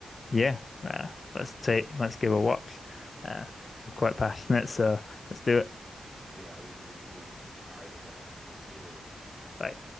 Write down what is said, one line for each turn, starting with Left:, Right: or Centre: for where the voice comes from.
Left: Yeah, uh, let's take let's give a watch. Uh,
Centre: Okay,
Left: we're quite passionate,
Centre: no problem.
Left: so let's do it.
Centre: Yeah, we could reconvene. All right, no problem. We'll see you later.
Left: Bye.